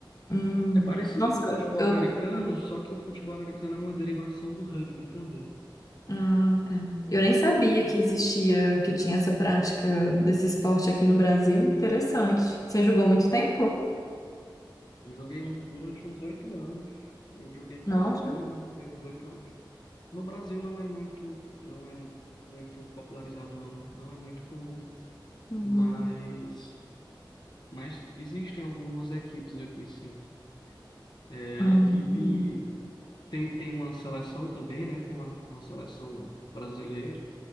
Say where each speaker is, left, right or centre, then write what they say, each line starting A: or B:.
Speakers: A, on the left; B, on the left.
A: Hum,
B: É parecido
A: nossa,
B: com o futebol
A: eu
B: americano, só que o futebol americano é uma derivação do rugby também.
A: Ah, tá. Eu nem sabia
B: Sim.
A: que existia, que tinha essa prática desse esporte aqui no Brasil. Interessante. Você jogou muito tempo?
B: Eu joguei uns, durante uns oito anos. Eu joguei.
A: Não.
B: Foi, um- foi uns oito anos. No Brasil não é muito. Não é muito popularizado, não. Não é muito comum.
A: Uhum.
B: Mas. Mas existem algumas equipes aqui, sim. É, a
A: Uhum.
B: equipe. Tem, tem uma seleção também, né? Tem uma, uma seleção brasileira,